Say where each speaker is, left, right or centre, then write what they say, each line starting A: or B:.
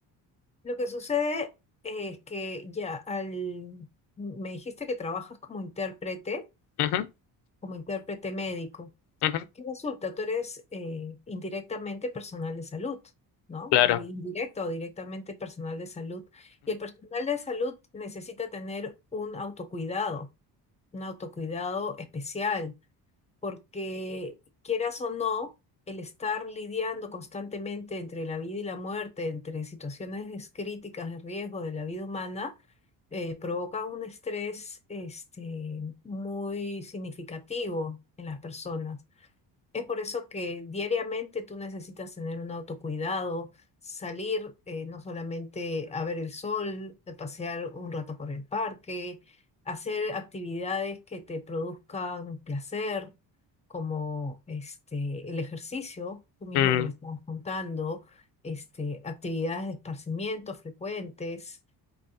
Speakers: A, on the left; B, on the left.
A: Lo que sucede es que ya al... Me dijiste que trabajas como intérprete,
B: Ujú,
A: como intérprete médico.
B: ujú,
A: ¿Qué resulta? Tú eres eh, indirectamente personal de salud, ¿no?
B: claro.
A: Indirecto o directamente personal de salud. Y el personal de salud necesita tener un autocuidado, un autocuidado especial, porque quieras o no, el estar lidiando constantemente entre la vida y la muerte, entre situaciones críticas de riesgo de la vida humana, eh, provoca un estrés este, muy significativo en las personas. Es por eso que diariamente tú necesitas tener un autocuidado, salir eh, no solamente a ver el sol, a pasear un rato por el parque, hacer actividades que te produzcan placer, como este, el ejercicio, tú mismo
B: <clears throat>
A: que me estás contando, este, actividades de esparcimiento frecuentes.